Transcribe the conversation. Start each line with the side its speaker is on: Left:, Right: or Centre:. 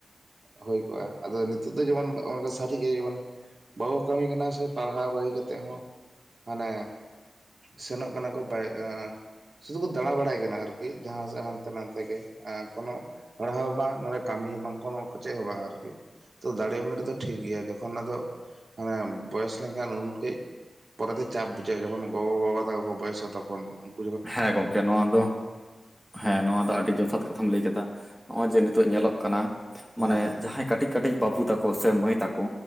Right: ᱦᱩᱭ ᱠᱚᱜᱼᱟ ᱟᱫᱚ ᱱᱤᱛᱚᱜ ᱫᱚ ᱡᱮᱢᱚᱱ ᱥᱟᱹᱨᱤᱜᱮ ᱡᱮᱢᱚᱱ᱾ ᱵᱟᱠᱚ ᱠᱟᱹᱢᱤ ᱠᱟᱱᱟ ᱥᱮ ᱯᱟᱲᱦᱟᱣ ᱵᱟᱜᱤ ᱠᱟᱛᱮ ᱦᱚᱸ ᱢᱟᱱᱮ ᱥᱮᱱᱚᱜ᱾ ᱚᱱᱟ ᱠᱚ ᱵᱟᱭ <inaudible> ᱥᱩᱫᱷᱩ ᱠᱚ ᱫᱟᱲᱟ ᱵᱟᱲᱟᱭ ᱠᱟᱱᱟ ᱟᱨᱠᱤ ᱡᱟᱦᱟ ᱥᱮᱫ ᱦᱟᱱᱛᱮ ᱱᱟᱛᱮ ᱜᱮ ᱠᱚᱱᱚ ᱾ ᱯᱟᱲᱦᱟᱣ ᱦᱚᱸ ᱵᱟᱝ ᱱᱚᱰᱮ ᱠᱟᱹᱢᱤ ᱦᱚᱸ ᱵᱟᱝ ᱠᱚᱱᱚ ᱪᱮᱫ ᱦᱚᱸ ᱵᱟᱝ ᱟᱨᱠᱤ᱾ ᱛᱚ ᱫᱟᱲᱮᱢ ᱩᱢᱮᱨ ᱨᱮᱫᱚ ᱴᱷᱤᱠ ᱜᱮᱭᱟ ᱡᱚᱠᱷᱚᱱ ᱟᱫᱚ ᱢᱟᱱᱮ ᱵᱚᱭᱮᱥ ᱞᱮᱱᱠᱷᱟᱱ ᱩᱱ ᱠᱟᱹᱡ ᱾ ᱯᱚᱨᱮ ᱫᱚ ᱪᱟᱯ ᱵᱩᱡᱷᱟᱹᱜᱼᱟ ᱡᱚᱠᱷᱚᱱ ᱜᱚᱜᱚᱼᱵᱟ ᱛᱟᱠᱚ ᱠᱚ ᱵᱚᱭᱮᱥᱟ ᱛᱚᱠᱷᱚᱱ ᱩᱱ ᱾
Centre: ᱦᱮᱸ ᱜᱚᱝᱠᱮ ᱱᱚᱣᱟ ᱫᱚ
Right: ᱦᱩᱸ
Centre: ᱦᱮᱸ ᱱᱚᱣᱟ ᱫᱚ ᱟᱹᱰᱤ ᱡᱚᱛᱷᱟᱛ ᱠᱟᱛᱷᱟ ᱾ ᱛᱷᱟᱢ ᱞᱟᱹᱭ ᱠᱮᱫᱟ ᱱᱚᱜᱼᱚᱭ ᱡᱮ ᱱᱤᱛᱚᱜ ᱧᱮᱞᱚᱜ ᱠᱟᱱᱟ
Right: ᱦᱮᱸ
Centre: ᱢᱟᱱᱮ
Right: ᱦᱮᱸ
Centre: ᱡᱟᱦᱟᱸᱭ ᱠᱟᱹᱴᱤᱡ ᱠᱟᱹᱴᱤᱡ᱾ ᱵᱟᱹᱵᱩ ᱛᱟᱠᱚ ᱥᱮ ᱢᱟᱹᱭ ᱛᱟᱠᱚ